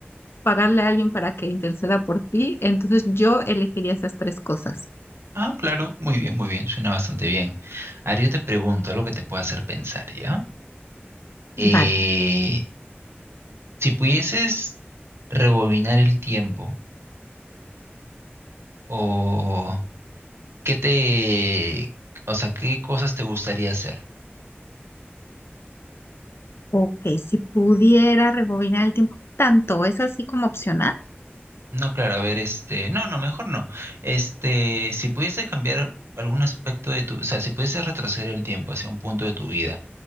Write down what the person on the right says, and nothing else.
Ah, claro. Muy bien, muy bien. Suena bastante bien. Ahora yo te pregunto algo que te pueda hacer pensar, ¿ya? Eh,
si pudieses rebobinar el tiempo, o qué te, o sea, qué cosas te gustaría hacer.
No, claro, a ver, este, no, no, mejor no. Este, si pudieses cambiar algún aspecto de tu, o sea, si pudieses retroceder el tiempo hacia un punto de tu vida